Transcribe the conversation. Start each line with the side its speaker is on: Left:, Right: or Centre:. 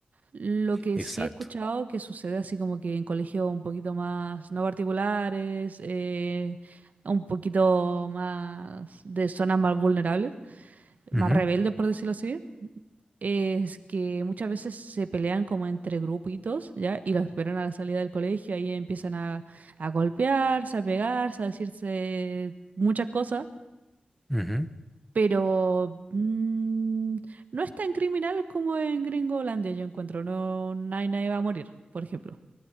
Right: Lo que
Centre: Exacto.
Right: sí he escuchado que sucede así como que en colegios un poquito más no particulares, eh, un poquito más de zonas más vulnerables, más
Centre: Ujú,
Right: rebeldes, por decirlo así es que muchas veces se pelean como entre grupitos, ¿ya? Y los esperan a la salida del colegio, ahí empiezan a, a golpearse, a pegarse, a decirse muchas cosas,
Centre: ujú,
Right: pero mm, no es tan criminal como en Gringolandia, yo encuentro, no, nadie, nadie va a morir, por ejemplo.